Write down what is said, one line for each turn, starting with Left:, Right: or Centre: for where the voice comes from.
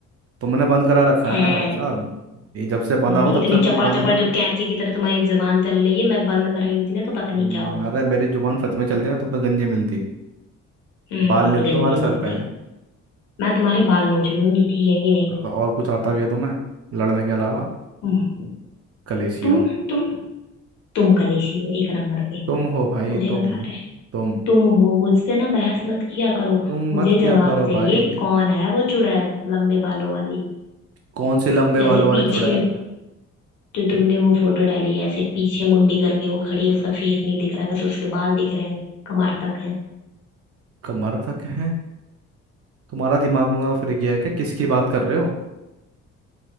Right: तुमने बंद करा रखा
Left: हैं
Right: है ना भाई साहब ये जब से बंदा
Left: हम्म,
Right: हो तब
Left: इतनी
Right: से मुंह
Left: चपड़
Right: बंद
Left: चपड़
Right: ही था
Left: जो कैंची की तरह तुम्हारी जबान चल रही है मैं बंद कराई होती ना तो पता नहीं
Right: हम्म,
Left: क्या होता
Right: अरे मेरी जुबान सच में चलती है ना तुम तो गंजी मिलती
Left: हम्म
Right: बाल नहीं होते
Left: गंजी
Right: तुम्हारे सर
Left: मिलती
Right: पे
Left: मैं तुम्हारे बाल नोच लूंगी ठीक है कि नहीं
Right: और कुछ आता भी है तुम्हें लड़ने के अलावा
Left: हम्म,
Right: कलेशियो
Left: तुम तुम तुम कलेशी हो एक नंबर के
Right: तुम हो भाई
Left: मुझे
Right: तुम
Left: बता रहे हैं।
Right: तुम
Left: तुम हो मुझसे ना बहस मत किया करो
Right: तुम
Left: मुझे
Right: मत किया
Left: जवाब
Right: करो
Left: चाहिए
Right: भाई
Left: कौन है वो चुड़ैल लंबे बालों वाली
Right: कौन से लंबे
Left: जैसे
Right: बालों वाले
Left: पीछे
Right: चुड़ैल
Left: जो तुमने वो फोटो डाली है ऐसे पीछे मुंडी करके वो खड़ी है उसका फेस नहीं दिख रहा है बस उसके बाल दिख रहे हैं कमर तक है
Right: कमर तक है तुम्हारा दिमाग में फिर गया है क्या किसकी बात कर रहे हो